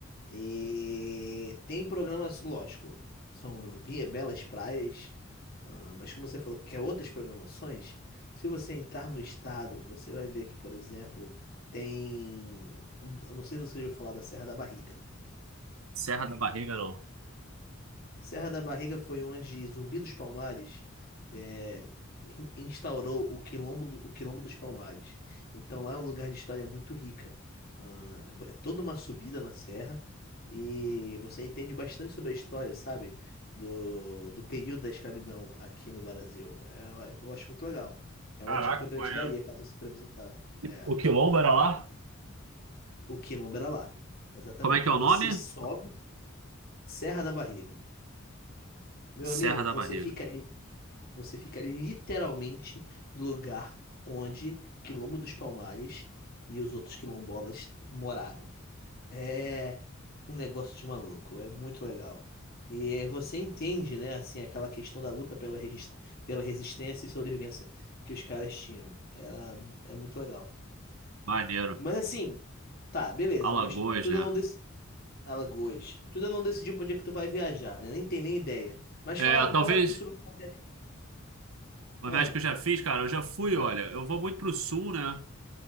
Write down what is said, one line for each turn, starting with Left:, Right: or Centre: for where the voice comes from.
Left: E tem programas, lógico, são be- belas praias, ah, mas como você falou que quer outras programações, se você entrar no estado, você vai ver que, por exemplo, tem. Eu não sei se você já ouviu falar da Serra da Barriga.
Right: Serra da Barriga, não.
Left: Serra da Barriga foi onde Zumbi dos Palmares é, in- instaurou o Quilombo, do- o Quilombo dos Palmares. Então lá é um lugar de história muito rica. Ah, é toda uma subida na serra e você entende bastante sobre a história, sabe? Do, do período da escravidão aqui no Brasil. É, eu acho muito legal. É
Right: Caraca,
Left: uma dica que eu também
Right: maneiro.
Left: te daria caso você queira visitar. É,
Right: O Quilombo era lá?
Left: o Quilombo era lá. Exatamente.
Right: Como é que é o
Left: Você
Right: nome?
Left: sobe Serra da Barriga. Meu
Right: Serra
Left: amigo,
Right: da
Left: você
Right: Barriga.
Left: fica Você fica literalmente no lugar onde Quilombo dos Palmares e os outros quilombolas moraram. É um negócio de maluco, é muito legal. E eh, você entende, né, assim, aquela questão da luta pela, regis- pela resistência e sobrevivência que os caras tinham. Era, é muito legal.
Right: Maneiro.
Left: Mas assim, tá, beleza,
Right: Alagoas,
Left: mas tu ainda
Right: né?
Left: não decidiu. Alagoas. Tu ainda não decidiu pra onde é que tu vai viajar, né? Nem tem nem ideia. Mas
Right: É,
Left: fala,
Right: talvez
Left: fala tu sobre a viagem.
Right: uma
Left: Ah,
Right: viagem que eu já fiz, cara, eu já fui, olha, eu vou muito pro sul, né?